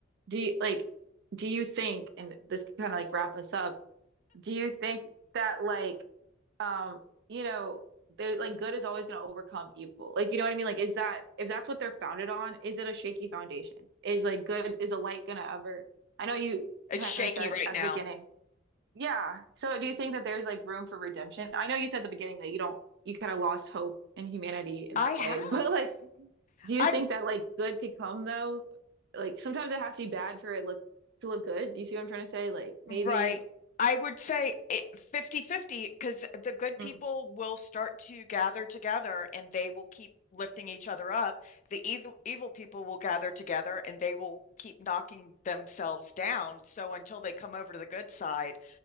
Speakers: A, on the right; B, on the left.
A: do you like, do you think, and this can kind of like wrap us up, do you think that like, um, you know, they're like good is always going to overcome evil. Like, you know what I mean? Like, is that if that's what they're founded on, is it a shaky foundation? Is like good, is a light going to ever? I know you
B: It's
A: kind
B: shaky
A: of said
B: right
A: at
B: now.
A: the beginning. Yeah. So do you think that there's like room for redemption? I know you said at the beginning that you don't, you kind of lost hope in humanity in
B: I
A: that
B: have.
A: way, <laughs> but like, do you
B: I've,
A: think that like good could come though? Like sometimes it has to be bad for it look to look good. Do you see what I'm trying to say? Like maybe.
B: right. I would say it, 50 fifty, because the good people
A: Mm,
B: will start to gather together and they will keep lifting each other up. The evil evil people will gather together and they will keep knocking themselves down. So until they come over to the good side,